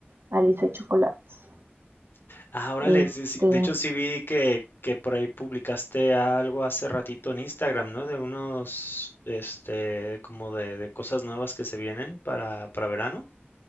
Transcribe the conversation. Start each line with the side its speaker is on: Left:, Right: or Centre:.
Right: Alice Chocolates.
Left: Ah, órale,
Right: Este,
Left: sí, sí, De hecho, sí vi que, que por ahí publicaste algo hace ratito en Instagram, ¿no? De unos, este, como de, de cosas nuevas que se vienen para, para verano.